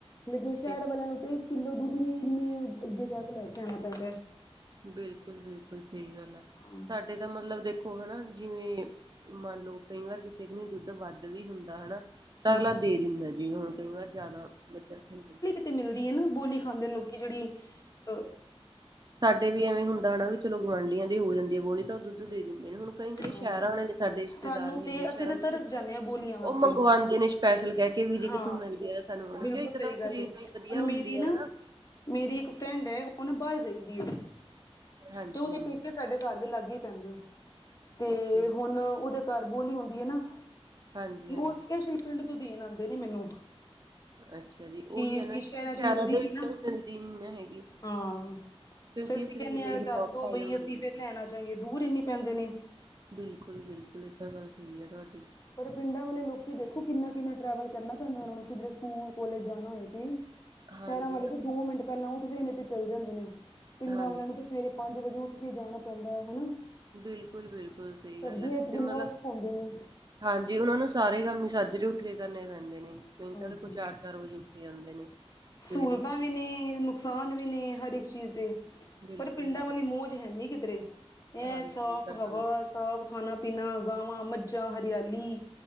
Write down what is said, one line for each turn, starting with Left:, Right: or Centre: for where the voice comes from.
Left: ਲੇਕਿਨ, ਸ਼ਹਿਰ
Right: ਇਹ
Left: ਵਾਲਿਆਂ ਨੂੰ ਤੇ, ਇੱਕ ਕਿੱਲੋ ਦੁੱਧ ਵੀ ਇੰਨੀ ਅੱਗੇ ਜਾ ਕੇ, ਲੈ ਕੇ ਆਣਾ ਪੈਂਦਾ।
Right: ਬਿਲਕੁਲ -ਬਿਲਕੁਲ, ਸਹੀ ਗੱਲ ਹੈ।
Left: ਹਾਂ
Right: ਸਾਡੇ ਤਾਂ ਮਤਲਬ ਦੇਖੋ ਹੈਨਾ, ਜਿਵੇਂ ਮੰਨ ਲਉ, ਕਈ ਵਾਰ ਕਿਸੇ ਕੰਨੀ ਦੁੱਧ ਵੱਧ ਵੀ ਹੁੰਦਾ ਹੈਨਾ।
Left: ਹੂੰ
Right: ਅਗਲਾ ਦੇ ਦਿੰਦਾ, ਜਿਵੇਂ ਹੁਣ ਕਈ ਵਾਰ ਜ਼ਿਆਦਾ ਮੱਝਾਂ ਰੱਖਣਦਾ
Left: ਤੇ ਮਿਲਦੀ ਹੈ ਨਾ, ਬੋਲੀ ਖਾਂਦੇ ਲੋਕੀ ਜਿਹੜੀ ਅਹ।
Right: ਤੇ ਵੀ ਐਵੇਂ ਹੁੰਦਾ ਨਾ, ਵੀ ਚਲੋ ਗੁਆਂਢੀਆਂ ਦੇ ਹੋ ਜਾਂਦੀ ਹੈ ਬੋਲੀ, ਤਾਂ ਉਹ ਦੁੱਧ ਦੇ ਦਿੰਦੇ ਨੇ। ਕਈ ਜਿਹੜੇ
Left: ਹਾਂ
Right: ਸ਼ਹਿਰਾਂ ਵਾਲੇ, ਸਾਡੇ ਰਿਸ਼ਤੇਦਾਰ
Left: ਸਾਨੂੰ
Right: ਵੀ
Left: ਤੇ
Right: ਹੈਗੇ ਨੇ ਸ਼ਹਿਰਾਂ
Left: ਅਸੀਂ ਤੇ
Right: ਵਿੱਚ।
Left: ਤਰਸ ਜਾਂਦੇ ਹਾਂ ਬੋਲੀਆਂ ਵਾਸਤੇ
Right: ਉਹ ਮੰਗਵਾਉਂਦੇ ਨੇ, ਸਪੈਸ਼ਲ ਕਹਿ ਕੇ ਵੀ ਜੇ ਕਿੱਥੋਂ
Left: ਹਾਂ
Right: ਮਿਲਦੀ ਐ। ਕਿਉਂ,
Left: ਬਿਲਕੁਲ
Right: ਇੱਕਦਮ
Left: ਸਹੀ
Right: ਉਹ
Left: ਗੱਲ
Right: ਸਰੀਰ
Left: ਏ
Right: ਲਈ
Left: ਹੁਣ
Right: ਵਧੀਆ ਹੁੰਦੀ
Left: ਮੇਰੀ
Right: ਆ,
Left: ਨਾ
Right: ਹਨਾ।
Left: ਮੇਰੀ ਇੱਕ ਫਰੈਂਡ ਹੈ, ਉਹ ਨਾ ਬਾਹਰ ਗਈ ਦੀ ਹੈ,
Right: ਹਾਂਜੀ
Left: ਤੇ ਉਹਦੇ
Right: ਹਾਂਜੀ
Left: ਪੇਕੇ ਸਾਡੇ ਘਰ ਦੇ ਲਾਗੇ ਹੀ ਪੈਂਦੇ, ਤੇ
Right: ਓਕੇ
Left: ਹੁਣ ਉਹਦੇ ਘਰ ਬੋਲੀ ਹੁੰਦੀ ਹੈ ਨਾ
Right: ਹਾਂਜੀ
Left: ਤੇ
Right: ਹਾਂਜੀ
Left: ਉਹ, ਸਪੈਸ਼ਲ ਪਿੰਡ ਤੋਂ ਦੇਣ ਆਉਂਦੇ ਨੇ ਮੈਨੂੰ।
Right: ਅੱਛਾ ਜੀ ਉਹੀ
Left: ਕਿ-
Right: ਹੈ ਨਾ
Left: ਕਿ, ਸ਼ਹਿਰਾਂ ਚ ਮਿਲਦੀ
Right: ਦੇ ਵਿੱਚ
Left: ਨੀ, ਨਾ
Right: ਤਾਂ ਮਿਲਦੀ ਨੀ ਨਾ ਹੈਗੀ
Left: ਹਾਂ।
Right: ਕਿਉਂਕਿ
Left: ਫੇਰ ਅਸੀਂ
Right: ਇਹ ਸਰੀਰ
Left: ਕਹਿੰਨੇ
Right: ਲਈ
Left: ਹਾਂ,
Right: ਵੀ
Left: ਦੱਸ
Right: ਬਹੁਤ
Left: ਦੋ
Right: ਫਾਇਦੇਮੰਦ
Left: ਬਈ ਅਸੀਂ
Right: ਹੁੰਦੀ
Left: ਫੇਰ ਲੈਣ
Right: ਹੈ
Left: ਆ ਜਾਂਗੇ, ਦੂਰ ਇੰਨੀ ਪੈਂਦੇ ਨੇ।
Right: ਬਿਲਕੁਲ -ਬਿਲਕੁਲ, ਇਹ ਤਾਂ ਗੱਲ ਸਹੀ ਹੈ, ਤੁਹਾਡੀ।
Left: ਪਰ ਪਿੰਡਾਂ ਵਾਲੇ ਲੋਕੀ ਦੇਖੋ, ਕਿੰਨਾ -ਕਿੰਨਾ ਟਰੈਵਲ ਕਰਨਾ ਪੈਂਦਾ ਉਹਨਾਂ ਨੂੰ, ਕਿਧਰੇ ਸਕੂਲ ਕਾਲਜ ਜਾਣਾ ਹੋਏ ਤੇ।
Right: ਹਾਂਜੀ
Left: ਸ਼ਹਿਰਾਂ ਵਾਲੇ
Right: ਹਾਂਜੀ
Left: ਤੇ, ਦੋ ਮਿੰਟ ਪਹਿਲਾਂ ਉੱਠਦੇ ਨੇ ਤੇ ਚੱਲ ਜਾਂਦੇ ਨੇ ਪਿੰਡਾਂ
Right: ਹਾਂਜੀ
Left: ਵਾਲਿਆਂ ਨੂੰ ਤੇ ਸਵੇਰੇ, ਪੰਜ ਵਜੇ ਉੱਠ ਕੇ ਜਾਣਾ ਪੈਂਦਾ ਹਨਾ।
Right: ਬਿਲਕੁਲ- ਬਿਲਕੁਲ ਸਹੀ
Left: ਸਰਦੀਆਂ
Right: ਗੱਲ ਹੈ।
Left: ਚ
Right: ਤੇ
Left: ਕਿੰਨਾ
Right: ਮਤਲਬ
Left: ਔਖਾ ਹੁੰਦੇ ਨੇ
Right: ਹਾਂਜੀ ਉਹਨਾਂ ਨੂੰ ਸਾਰੇ ਕੰਮ ਹੀ ਸੱਜਰੇ ਉੱਠ ਕੇ ਕਰਨੇ ਪੈਂਦੇ ਨੇ ਕਈ
Left: ਹਾਂਜੀ
Right: ਤਾਂ ਦੇ ਕੋਈ ਚਾਰ -ਚਾਰ ਵਜੇ ਉੱਠ ਕੇ ਜਾਂਦੇ ਨੇ। ਸਵੇਰੇ
Left: ਸਹੂਲਤਾਂ ਵੀ ਨੇ ਨੁਕਸਾਨ ਵੀ ਨੇ ਹਰ ਇੱਕ ਚੀਜ਼ ਦੇ।
Right: ਬਿਲਕੁਲ
Left: ਪਰ ਪਿੰਡਾਂ
Right: ਬਿਲਕੁਲ
Left: ਵਾਲੀ ਮੌਜ ਹੈਨੀ ਕਿਧਰੇ। ਇਹ
Right: ਹਾਂਜੀ
Left: ਸਾਫ਼
Right: ਤਾਂ ਗੱਲ
Left: ਹਵਾ ਸਾਫ ਖਾਾਨਾ ਪੀਣਾ ਗਾਵਾਂ ਮੱਝਾਂ ਹਰਿਆਲੀ।